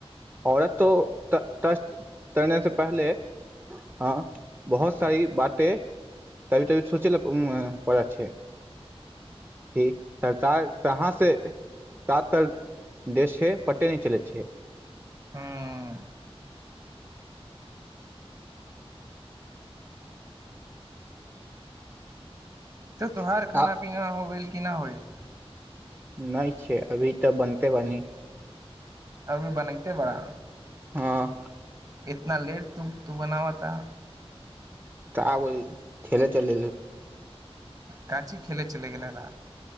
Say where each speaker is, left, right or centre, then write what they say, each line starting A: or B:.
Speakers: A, on the right (about 20°); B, on the right (about 35°).
A: औरत तट तरने से पहले ह बहुत सारी बाते तनी तनी सोचै पड़ैत छै की सरकार कहाँ सँ जादातर देश छै पटे नहि चलैत छै
B: हँ तऽ तोहार
A: आ
B: खाना पीना हो गेल कि न होइ <inaudible>
A: नहि छै अभी तऽ बनते बनी
B: अभी बनैते बड़ा
A: हँ
B: इतना लेट तू तू बनाव त
A: का बोल ठेले चल
B: का चीज खेलय चलि गेलै हा